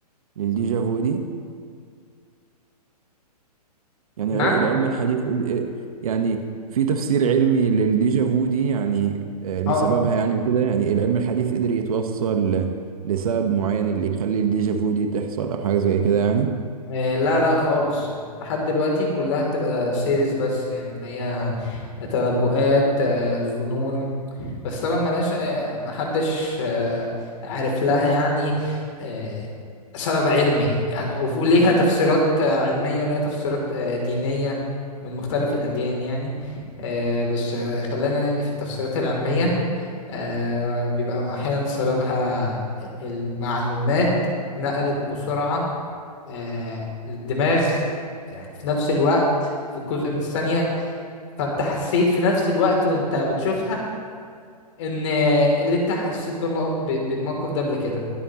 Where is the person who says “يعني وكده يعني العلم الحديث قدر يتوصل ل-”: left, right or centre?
Right